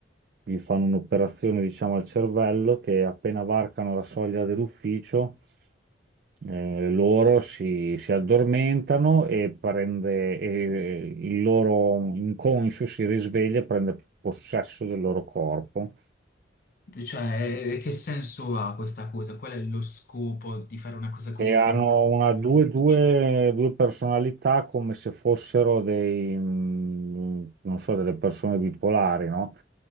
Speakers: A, on the right; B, on the left.
A: gli fanno un'operazione, diciamo, al cervello che appena varcano la soglia dell'ufficio eh, loro si, si addormentano e, prende, e eh, il loro inconscio si risveglia e prende possesso del loro corpo.
B: Cioè, eh, che senso ha questa cosa? Qual è lo scopo di fare una cosa così
A: E hanno
B: complessa
A: una, due,
B: nell'ufficio?
A: due, due personalità come se fossero dei, mm, non so, delle persone bipolari, no?